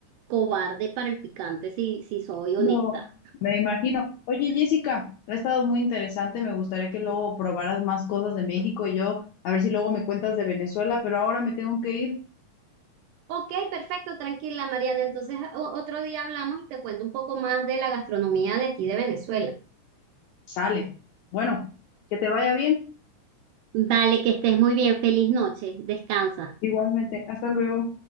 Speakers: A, on the right (about 80°); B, on the left (about 75°).
A: cobarde para el picante, si, si soy honesta.
B: no, me imagino. Oye, Jessica, ha estado muy interesante, me gustaría que luego probaras más cosas de México y yo, a ver si luego me cuentas de Venezuela, pero ahora me tengo que ir.
A: Ok, perfecto, tranquila, Mariana. Entonces o- otro día hablamos y te cuento un poco más de la gastronomía de aquí de Venezuela.
B: Sale. Bueno, que te vaya bien.
A: Vale, que estés muy bien. Feliz noche. Descansa.
B: Igualmente, hasta luego.